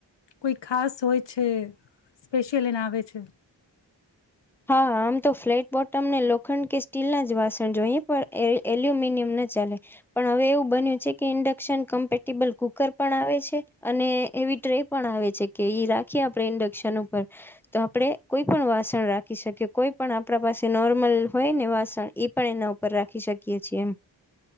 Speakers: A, on the left; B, in the centre.
A: કોઈ ખાસ હોય છે સ્પેશિયલ એના આવે છે?
B: હા આમ તો ફ્લેટ બોટમ ને લોખંડ કે સ્ટીલના જ વાસણ જોઈએ પણ એલ એલ્યુમિનિયમ ના ચાલે, પણ હવે એવું બન્યું છે કે ઇન્ડક્શન કમ્પેટિબલ કુકર પણ આવે છે, અને એવી ટ્રે પણ આવે છે કે ઈ રાખીએ આપણે ઇન્ડક્શન ઉપર, તો આપણે કોઈ પણ વાસણ રાખ રાખી શકીએ કોઈ પણ આપણા પાસે નોર્મલ હોય ને વાસણ ઈ પણ એના ઉપર રાખી શકીએ છીએ એમ.